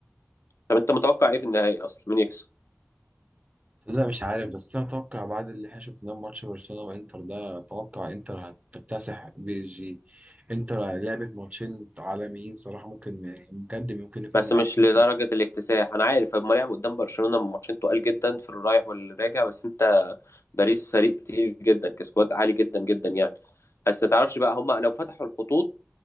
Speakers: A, on the left (about 75°); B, on the right (about 30°).
A: طب انت متوقع ايه في النهائي اصلا مين يكسب
B: لا مش عارف بس انا اتوقع بعد اللي احنا شفناه في ماتش برشلونة وانتر ده اتوقع انتر هتكتسح بي اس جي انتر لعبت ماتشين عالميين صراحة ممكن بجد ممكن يكونوا
A: بس
B: من
A: مش
B: احسن
A: لدرجة الاكتساح أنا عارف هما لعبوا قدام برشلونة من ماتشين تقال جدا في الرايح والراجع بس أنت باريس فريق تقيل جدا كسكواد عالي جدا جدا يعني بس ما تعرفش بقى هما لو فتحوا الخطوط